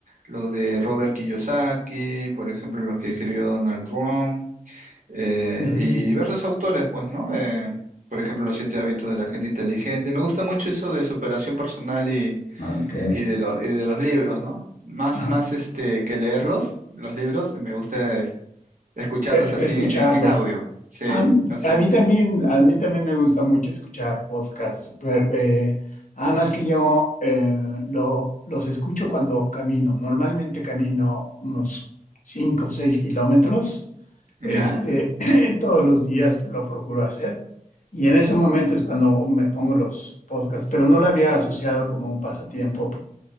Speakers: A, on the right; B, on the left.
A: los de Robert Kiyosaki, por ejemplo, los que escribió Donald Trump eh,
B: Ujú,
A: y diversos autores, pues, ¿no? Eh, por ejemplo, Los siete hábitos de la gente inteligente. Me gusta mucho eso de superación personal y,
B: Ok.
A: y de, lo- y de los libros, ¿no? Más,
B: <laughs> Ajá.
A: más este, que leerlos, los libros, me gusta Escucharlos
B: Eh,
A: así
B: Escucharlos.
A: en, en audio. Sí,
B: A, m-
A: así
B: a
A: es.
B: mí también, a mí también me gusta mucho escuchar podcasts. Eh, eh, además que yo eh, lo- los escucho cuando camino. Normalmente camino unos cinco o seis kilómetros,
A: ¿Ya?
B: Ya. este, <laughs> <clears throat> todos los días lo procuro hacer. Y en ese momento es cuando me pongo los podcasts, pero no lo había asociado como un pasatiempo